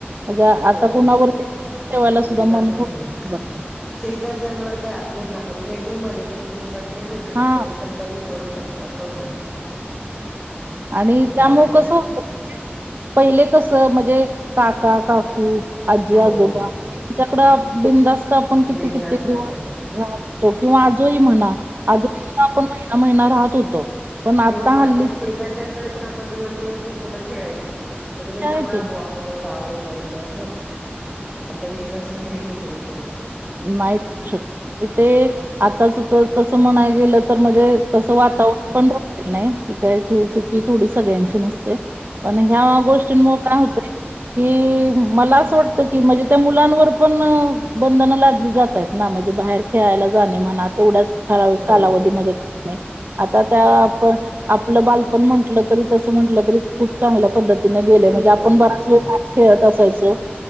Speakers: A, on the right; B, in the centre.
A: म्हणजे
B: हो
A: आता कुणावरती <inaudible> ठेवायला सुद्धा
B: विश्वास
A: मन
B: नाही
A: थोडं <inaudible> बनत.
B: शेजारच्यावर काही आपल्याना रिलेटिव्ह मध्ये पण विश्वास नाही ठेवू शकत
A: हा
B: कोणी पण काही करू शकता अस होऊन जात.
A: आणि
B: त्याच्यामुळे
A: त्यामुळं कसं होतं पहिले कस म्हणजे काका, काकू, आजी, आजोबा
B: हो
A: त्यांच्याकडे बिंदास्त आपण किती
B: बिंदास
A: किती दिवस.
B: सोडायच
A: <inaudible> तो किंवा आजोही म्हणा आजोही सुद्धा आपण महिना महिना राहत होतो. पण आता
B: किंवा बा
A: हल्लीचे
B: च्या शेजारच्या्यांकडे पण आपण दिवस दिवसभर मुलं खेळायचे का तुम्ही
A: जे
B: सांभाळा
A: आहेत
B: बुवा आपण एवढ आवरे पर्यंत अस आता विश्वासच नाही ठेवू शकत कोणावर.
A: नाही श ते आताच तर तस म्हणाय गेलं तर म्हणजे तसं वातावरण पण राल नाही ती काय चुकी थोडी सगळ्यांची नसते. पण ह्या गोष्टींमुळे काय होतय कि मला असं वाटतं की म्हणजे त्या मुलांवर पण बंधनं लादली जातय आहेत ना म्हणजे बाहेर खेळायला जाणे म्हणा तेवढ्याच ठराविक कालावधीमध्ये
B: हो
A: ने आता त्या प आपलं बालपण म्हटलं तरी तस म्हटलं तरी खूप चांगल्या पद्धतीने गेले
B: खूप
A: म्हणजे आपण
B: चांगलं
A: बराच
B: केलं
A: वेळ भा खेळत असायचो